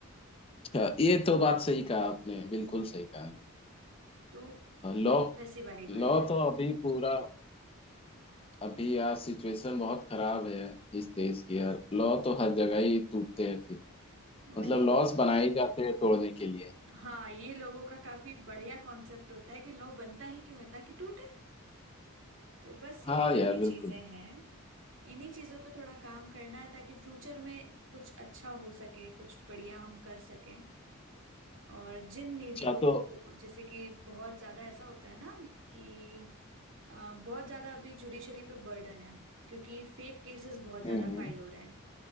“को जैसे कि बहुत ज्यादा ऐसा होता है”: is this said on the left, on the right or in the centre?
Right